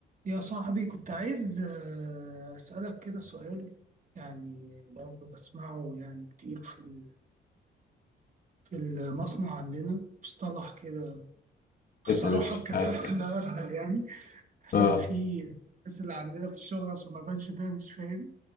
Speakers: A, on the right (about 40°); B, on the left (about 45°).
A: يا صاحبي كنت عايز آه، أسألك كده سؤال يعني برضه بسمعه يعني كتير في ال- في المصنع عندنا مصطلح كده بصراحة
B: اسأل يا باشا
A: اتكسفت
B: معاك
A: إن أنا أسأل يعني أسأل
B: اه
A: فيه الناس اللي عندنا في الشغل عشان ما أبانش إن أنا مش فاهم